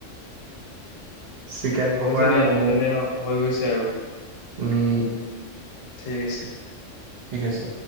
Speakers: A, on the right; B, on the left.
A: চিকেন পকৰা
B: হৈছে দিয়া
A: ম'ম'
B: তেনে হৈ গৈছে আৰু।
A: উম
B: ঠিক আছে।
A: ঠিক আছে